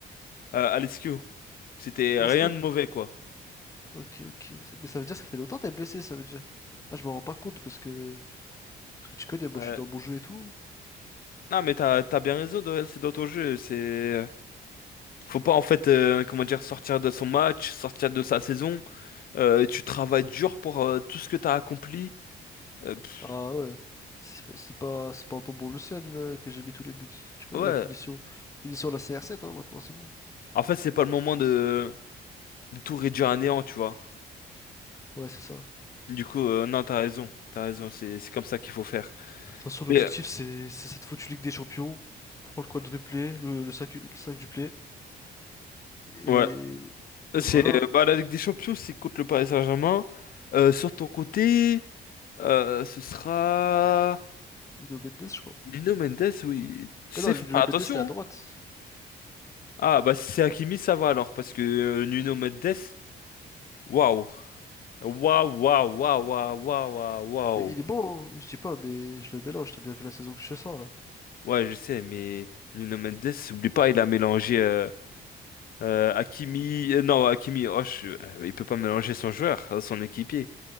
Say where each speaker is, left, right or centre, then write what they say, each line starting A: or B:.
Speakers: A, on the left; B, on the left.
A: euh, Alessio. C'était
B: dire.
A: rien de mauvais, quoi.
B: Ok, ok. Ça- Mais ça veut dire que ça fait longtemps que t'es blessé, ça veut dire. Ah, je me rends pas compte parce que. Parce que tu connais, moi
A: Ouais.
B: je suis dans mon jeu et tout.
A: Non, mais t'as, t'as bien raison, de- c'est d'autres jeux. C'est... Faut pas, en fait, euh, comment dire, sortir de son match, sortir de sa saison. Euh, tu travailles dur pour euh, tout ce que t'as accompli. Euh, pff,
B: Ah ouais. C'est pas, c'est pas c'est pas en tombant le ciel là, que j'ai mis tous les buts. Tu connais
A: ouais.
B: la finition. Finition la cr sept hein, maintenant, c'est bon.
A: En fait, c'est pas le moment de, de tout réduire à néant, tu vois.
B: Ouais, c'est ça.
A: Du coup, euh, non, t'as raison. T'as raison, c'est, c'est comme ça qu'il faut faire.
B: Attention, l'objectif
A: Mais, euh,
B: c'est c'est cette foutue Ligue des Champions. On prend le quadruplé, le, le cinq le 5 duplé. Et,
A: ouais.
B: et
A: C'est,
B: voilà,
A: euh, bah, la Ligue des Champions, c'est contre le Paris Saint-Germain. Euh, sur ton côté, euh, ce sera...
B: Nuno Mendes, je crois.
A: Nuno Mendes, oui. Tu
B: Ah
A: sais,
B: non,
A: faut
B: Nuno
A: faire attention.
B: Mendes, il est à droite.
A: hein. Ah, bah si c'est Hakimi, ça va alors, parce que euh, Nuno Mendes, waouh. Waouh, waouh, waouh, waouh, waouh, waouh. waouh.
B: Mais il est bon, hein, je dis pas, mais je le mélange. T'as bien vu la saison que je fais ça, là.
A: Ouais, je sais, mais Nuno Mendes, oublie pas, il a mélangé euh, euh, Hakimi. euh, non, Hakimi, oh, je- euh, il peut pas mélanger son joueur, euh, son équipier.